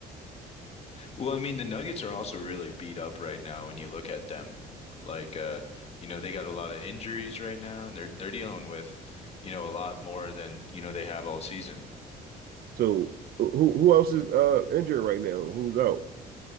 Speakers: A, on the left; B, on the right.
A: Well, I mean, the Nuggets are also really beat up right now when you look at them. Like uh, you know, they got a lot of injuries right now and they're they're dealing with, you know, a lot more than, you know, they have all season.
B: So who who else is uh injured right now? Who's out?